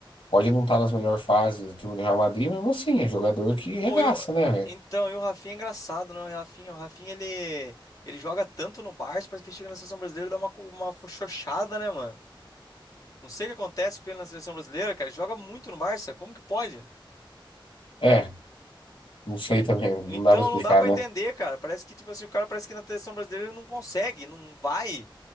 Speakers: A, on the left (about 70°); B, on the left (about 40°).
A: Pode não estar nas melhores fases do time do Real Madrid, mas assim, é jogador que regaça,
B: Ou eu...
A: né, velho?
B: Então, e o Rafinha é engraçado, né? O Rafinha, o Rafinha ele, ele joga tanto no Barça, parece que ele chega na seleção brasileira e dá uma, co- uma xoxada, né, mano? Não sei o que acontece com ele na seleção brasileira, cara. Ele joga muito no Barça, como que pode?
A: É, não sei
B: Ent-
A: também, não
B: Então,
A: dá pra explicar,
B: não dá pra
A: né?
B: entender, cara. Parece que, tipo assim, o cara parece que na seleção brasileira ele não consegue, não vai.